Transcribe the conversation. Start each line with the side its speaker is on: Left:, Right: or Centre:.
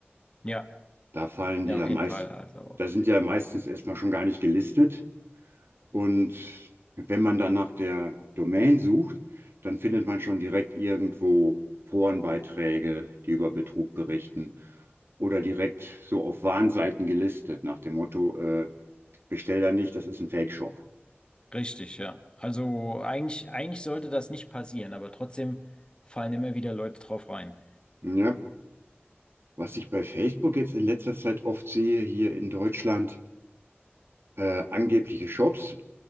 Left: Ja,
Right: Da fallen
Left: ja,
Right: die da
Left: auf jeden
Right: meist,
Left: Fall. Also.
Right: da sind die ja meistens erstmal schon gar nicht gelistet. Und wenn man dann nach der Domain sucht, dann findet man schon direkt irgendwo Forenbeiträge, die über Betrug berichten oder direkt so auf Warnseiten gelistet nach dem Motto, äh, bestell da nicht, das ist ein Fake-Shop.
Left: Richtig, ja. Also eigentlich, eigentlich sollte das nicht passieren, aber trotzdem fallen immer wieder Leute drauf rein.
Right: Ja. Was ich bei Facebook jetzt in letzter Zeit oft sehe, hier in Deutschland, äh, angebliche Shops,